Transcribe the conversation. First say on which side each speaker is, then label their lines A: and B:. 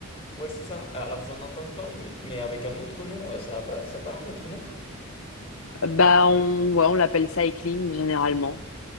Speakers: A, on the left; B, on the left.
A: ouais, c'est ça. Alors j'en ai entendu parler, mais, mais avec un autre nom, euh, ça a pas, ça a pas un autre nom?
B: Bah, on, ouais, on l'appelle cycling généralement.